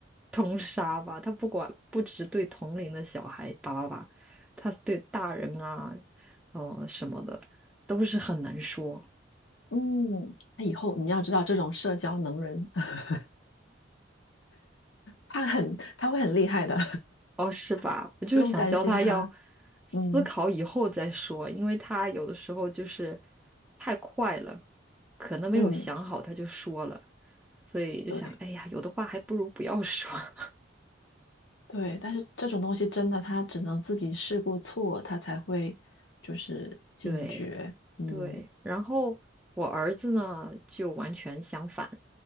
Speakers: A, in the centre; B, on the left.
A: 通杀吧。她不管不只对同龄的小孩叭叭叭，她对大人啊，呃什么的都是很难说。
B: 嗯，那以后你要知道，这种社交能人，<laughs> 他很他会很厉害的，
A: 哦，是吧？
B: <laughs>
A: 我就是想教他要
B: 不用担心他。
A: 思考以后再说，
B: 嗯
A: 因为他有的时候就是太快了，可能没有想好他就说了，
B: 嗯，
A: 所以就想，
B: 对
A: 哎呀，有的话还不如不要说。<laughs>
B: 对，但是这种东西真的，他只能自己试过错，他才会就是警觉。
A: 对
B: 嗯，
A: 对，然后我儿子呢就完全相反，